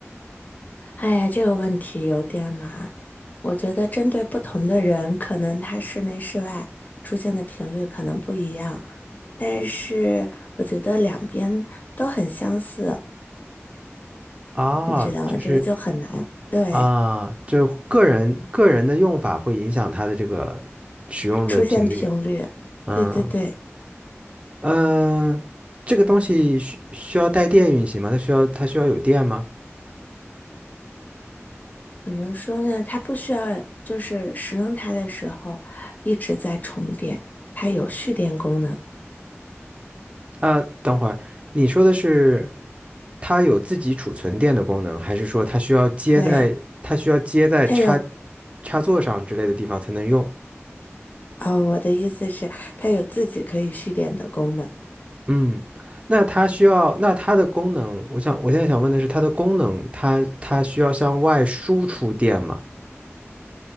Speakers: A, on the left; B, on the right.
A: 哎呀，这个问题有点难。我觉得针对不同的人，可能他室内室外出现的频率可能不一样，但是我觉得两边都很相似，
B: 啊？
A: 你知道吗？
B: 这
A: 这个就很难。对，
B: 啊，就个人个人的用法会影响他的这个使用的频率。
A: 出现频率，
B: 嗯
A: 对对对，
B: 嗯，这个东西需需要带电运行吗？它需要它需要有电吗？
A: 怎么说呢？它不需要就是使用它的时候一直在充电，它有蓄电功能。
B: 呃，等会儿，你说的是它有自己储存电的功能，还是说它需要接在它需要接在插
A: 对，它有，
B: 插座上之类的地方才能用？
A: 呃，我的意思是它有自己可以蓄电的功能。
B: 嗯，那它需要，那它的功能，我想我现在想问的是它的功能，它它需要向外输出电吗